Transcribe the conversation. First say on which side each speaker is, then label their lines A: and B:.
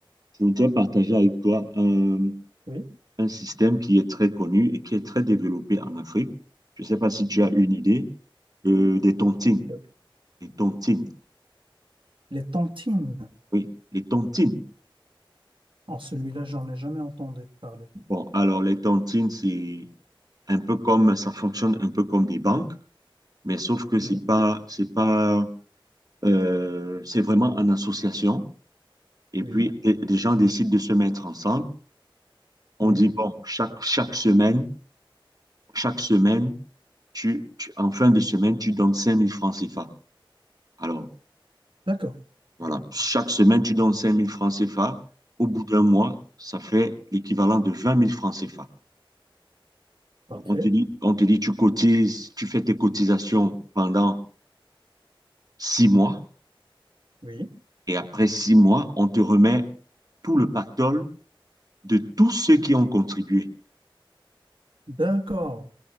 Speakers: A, on the right (about 45°); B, on the right (about 65°).
A: je voudrais partager avec toi un,
B: Oui,
A: un système qui est très connu et qui est très développé en Afrique. Je ne sais pas si tu
B: oui,
A: as une idée, euh, des tontines.
B: Le-
A: Les tontines,
B: les tantines,
A: oui, les tontines.
B: en celui-là, j'en ai jamais entendu parler.
A: Bon, alors les tontines, c'est un peu comme, ça fonctionne un peu comme des banques, mais sauf que
B: oui,
A: c'est pas, c'est pas, euh, c'est vraiment en association. Et
B: oui.
A: puis, des des gens décident de se mettre ensemble. On
B: Oui,
A: dit, bon, chaque, chaque semaine, chaque semaine, tu, tu- en fin de semaine, tu donnes cinq mille francs CFA. Alors,
B: d'accord,
A: voilà, chaque semaine, tu donnes 5000 francs CFA. Au bout d'un mois, ça fait l'équivalent de vingt mille francs CFA.
B: parfait,
A: Alors, on te dit, on te dit, tu cotises, tu fais tes cotisations pendant six mois,
B: oui,
A: et après six mois, on te remet tout le pactole de tous ceux qui ont contribué.
B: d'accord.